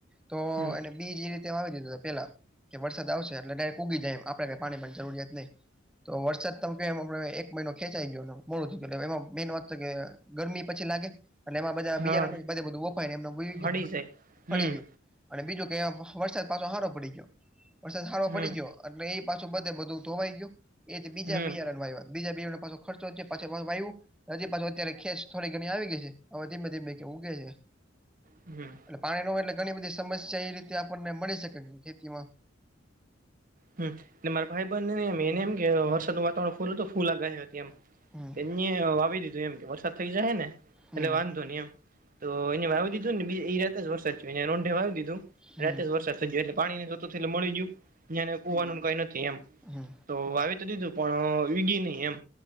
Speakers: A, in the centre; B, on the right.
A: તો
B: હમ
A: એને બીજ એ રીતે વાવી દીધું હોય પેલા કે વરસાદ આવશે એટલે ડાયરેક ઉગી જાય એમ આપણે પાણી બાણીની જરૂરિયાત નહી તો વરસાદ તમે ક્યો એમ આપણે એક મહિનો ખેંચાઈ ગ્યોને મોડું થ્યુ એટલે એમાં મેન વાત છે કે ગરમી પછી લાગે અને એમાં બધા
B: હા
A: બિયારણને બધેબધું બફાયને એમ વયુ ગ્યું
B: હળી જાય હમ
A: બડી ગ્યું. અને બીજું કે વરસાદ પાસો હારો પડી ગયો વરસાદ હારો
B: હમ
A: પડી ગ્યો એટલે એ પાછું બધે બધું ધોવાઈ ગ્યું એયથી બીજા
B: હમ
A: બીયારન વાયવા બીજા બિયારણ પાસા ખર્ચો થ્યો પાછેપાછુ વાય્યું હજી પાછી અત્યારે ખેંચ થોડી ઘણી આવી ગઈ છે હવે ધીમે ધીમે કે ઉગે છે.
B: હમ્મ
A: એટલે પાણી નો હોય એટલે ઘણી બધી સમસ્યા એ રીતે આપણને મળી શકે ખેતીમાં
B: હમ્મ ને માર ભાઈબંધનેય એમ એનેમ કે વરસાદનુ વા તાવરણ ફૂલો તો ફૂલ લાગે હે હજી એમ
A: હમ
B: તે ન્યે વાવી દીધું એમ કે વરસાદ થઈ જાહે ને
A: હમ
B: એટલે વાંધો નહી એમ તો એને વાવી દીધું ને બીજ એ જ રાતે વરસાદ થ્યો યા રોંઢે વાવી દીધું
A: હમ
B: રાતે ઝ વરસાદ થઈ ગયો એટલે પાણી ને જોતુતુ એ મળી ગ્યું ને યા કુવાનુંન કાઈ નથી એમ
A: હમ
B: તો વાવી તો દીધું પણ ઊયગી નહી એમ